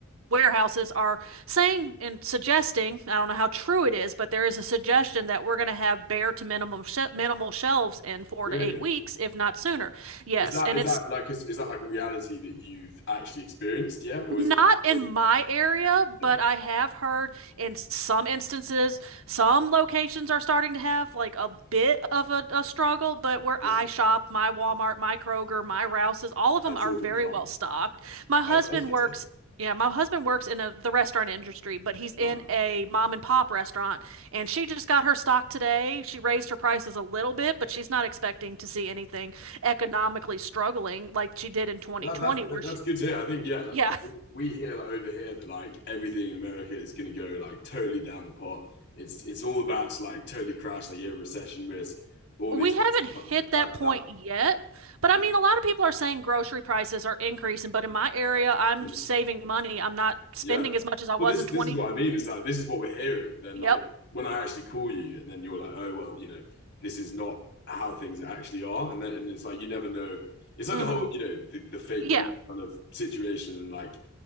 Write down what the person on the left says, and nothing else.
really?
Is that
is
that like is, is that like a reality that you've actually experienced? Yeah, or
is it like
yeah,
yeah,
that's
all
been fine.
That's that's good
to hear.
Right.
That, that's that's
good to hear. I think yeah, like
we hear like over here that like everything in America is going to go like totally down the pot. It's it's all about to like totally crash, like yeah, recession risk, all
these things
are coming
down,
down
the-
yeah.
yeah.
Well, this
this is what I mean. Is like this is what we're hearing, but then
like when I actually call you, and then you're like, oh well, you know, this is not how things actually are, and then and it's like you never know. It's like
the whole you know the, the fake
news kind of situation, and like